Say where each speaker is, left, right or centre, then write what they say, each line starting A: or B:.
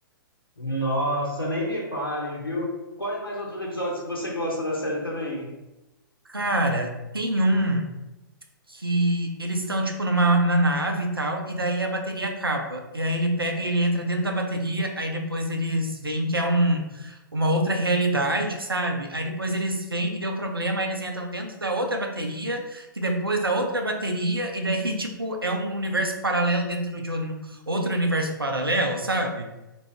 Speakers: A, on the left; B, on the right.
A: Nossa, nem me fale, viu? Quais mais outros episódios que você gosta da série também?
B: Cara, tem um. que eles estão, tipo, numa, na nave e tal, e daí a bateria acaba. E aí ele pega e ele entra dentro da bateria, aí depois eles veem que é um, uma outra realidade, sabe? Aí depois eles veem que deu problema, aí eles entram dentro da outra bateria, que depois da outra bateria, e daí, <laughs> tipo, é um universo paralelo dentro de um- outro universo paralelo, sabe?